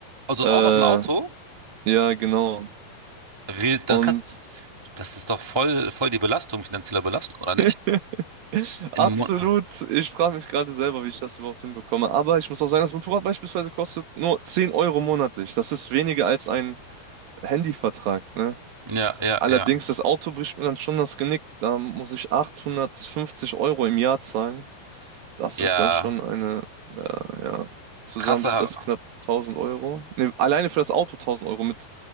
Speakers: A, on the right; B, on the right.
A: Oh, du hast
B: Äh,
A: auch
B: ja,
A: noch ein Auto?
B: genau.
A: Wie, dann
B: Und
A: kannst, das ist doch voll, voll die Belastung, finanzielle Belastung, oder nicht?
B: <laughs>
A: Im
B: absolut,
A: Monat.
B: ich frage mich gerade selber, wie ich das überhaupt hinbekomme. Aber ich muss auch sagen, das Motorrad beispielsweise kostet nur 10 Euro monatlich. Das ist weniger als ein Handyvertrag, ne?
A: Ja, ja,
B: Allerdings,
A: ja.
B: das Auto bricht mir dann schon das Genick. Da muss ich 850 Euro im Jahr zahlen. Das
A: Ja.
B: ist dann schon eine, äh, ja, zusammen
A: Krasser,
B: sind das knapp 1000 Euro. Ne, alleine für das Auto 1000 Euro mit